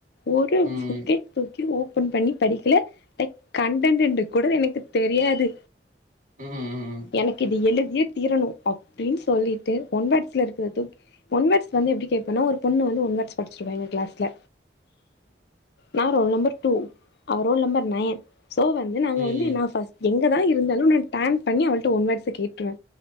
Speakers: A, on the left; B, on the right.
A: ஒரு
B: ம்
A: புக்கே புக்கயு ஓப்பன் பண்ணி படிக்கல லைக் கண்டன்ட் என்டு கூட எனக்குத் தெரியாது
B: ம் ம்
A: எனக்கு இது எழுதியே தீரணு அப்டின்னு சொல்லிட்டு ஒன் வேர்ட்ஸ்ல இருக்கிறத தூக்கி தூக்கி ஒன் வேர்ட்ஸ் வந்து எப்டி கேப்பனா ஒரு பொண்ணு வந்து ஒன் வேர்ட்ஸ் படிச்சிருவா எங்க கிளாஸ்ல நா ரோல் நம்பர் டூ அவ ரோல் நம்பர் நயன் சோ வந்து நாங்க
B: ம்
A: வந்து நா ஃபஸ் எங்கதா இருந்தாலு நா டேன் பண்ணி அவள்ட்ட ஒன் வேர்ட்ஸ கேட்ருவ